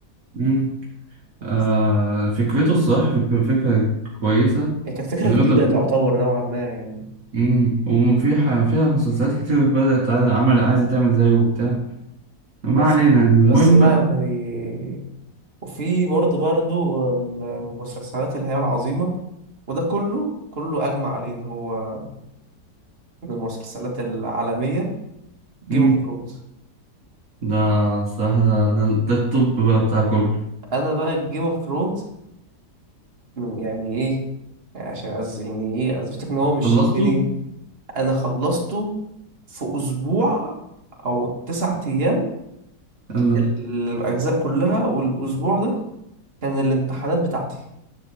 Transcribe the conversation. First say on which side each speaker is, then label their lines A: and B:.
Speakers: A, on the right; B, on the right.
A: مم. آه
B: بس-
A: فكرته الصراحة فك- فكرة كويسة
B: يعني كانت فكرة
A: وزي
B: جديدة
A: ما انت بتقول
B: تعتبر نوعا ما يعني
A: مم. وفي ح- فيها مسلسلات كتير بدأت عايزة عمل عايزة تعمل زيه وبتاع ما
B: بس
A: علينا يعني المهم
B: بس لا يعني وفي برضه برضه المسلسلات اللي هي العظيمة وده كله كله أجمع عليه إن هو من المسلسلات العالمية جيم
A: مم.
B: اوف ثرونز
A: ده الصراحة ده ده, ده التوب بقى بتاع كله
B: أنا بقى جيم اوف ثرونز يعني إيه يعني عشان أز يعني إيه أثبتك إن هو مش
A: خلصته؟
B: شدني أنا خلصته في أسبوع أو تسعة أيام
A: يلا
B: ال- الأجزاء كلها والأسبوع ده كان الامتحانات بتاعتي